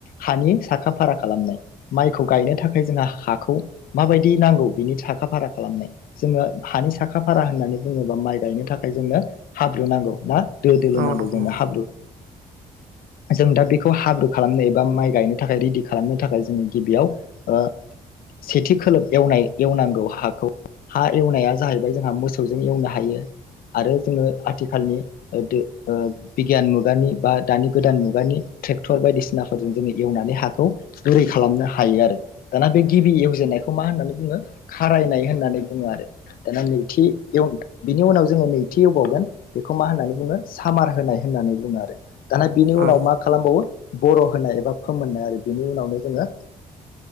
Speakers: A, on the left; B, on the right.
A: हानि साखा फारा खालामनाय माइखौ गायनो थाखाय जोंहा हाखौ माबायदि नांगौ बिनि साखा फारा खालामनाय जोङो हानि साखा फारा होननानै बुङोबा माइ गायनो थाखाय जोंनो हाब्रु नांगौ ना? दो दोलो
B: औ
A: नांगौ
B: नंगौ
A: जोंनो हाब्रु। जों दा बेखौ हाब्रु खालामनो एबा माइ गायनो थाखाय रेडि खालामनो थाखाय जोङो गिबियाव ओ सेथि खोलोब एवनाय एवनांगौ हाखौ हा एवनाया जाहैबाय जोंहा मोसौजों एवनो हायो आरो जोङो आथिखालनि ओ दो ओ बिगियान मुगानि बा दानि गोदान मुगानि ट्रेक्टर बायदिसिनाफोरजों जोङो एवनानै हाखौ गुरै खालामनो हायो आरो दाना बे गिबि एवजेननायखौ मा होननानै बुङो खारायनाय होननानै बुङो आरो दाना नैथि एव बिनि उनाव जोङो नैथि एवबावगोन बेखौ मा होननानै बुङो सामार होनाय होननानै बुङो आरो। दाना बिनि उनाव
B: औ
A: मा खालामबावो बर' होनाय एबा फोमोननाय आरो बेनि उनावनो जोङो